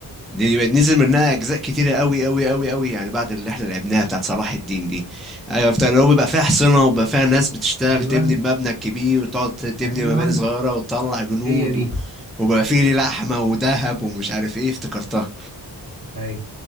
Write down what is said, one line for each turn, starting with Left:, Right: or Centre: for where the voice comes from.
Centre: دي بقت نزل منها اجزاء كتيرة قوي قوي قوي قوي يعني بعد اللي احنا لعبناها بتاعت صلاح الدين دي ايوه افتكر اللي هو بيبقى فيها حصنة وبيبقى فيها ناس بتشتغل
Right: أيوه
Centre: تبني مبنى كبير وتقعد تبني
Right: أيوه
Centre: مباني صغيرة وتطلع جنود
Right: هي دي
Centre: و- وبيبقى فيه لحمة وذهب ومش عارف ايه افتكرتها
Right: ايوه